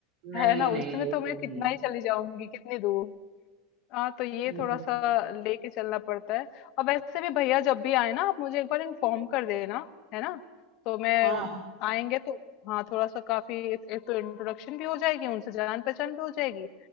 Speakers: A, on the right; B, on the left.
A: नहीं
B: है ना
A: नहीं
B: उसमें
A: वो
B: तो
A: तो
B: मैं
A: नहीं
B: कितना ही
A: है
B: चली जाऊंगी कितनी दूर हाँ तो ये
A: हम्म
B: थोड़ा सा लेके चलना पड़ता है और वैसे भी भैया जब भी आए ना आप मुझे एक बार इन्फॉर्म कर देना है ना तो मैं
A: हाँ
B: आएंगे तो हाँ थोड़ा सा काफी एक एक तो इंट्रोडक्शन भी हो जाएगी उनसे जान पहचान भी हो जाएगी